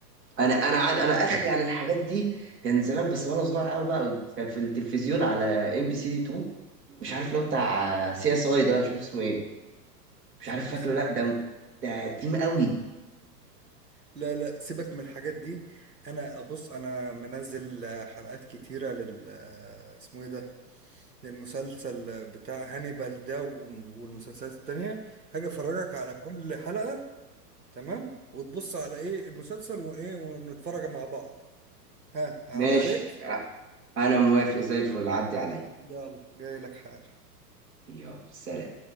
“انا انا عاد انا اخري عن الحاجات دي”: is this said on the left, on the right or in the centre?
Right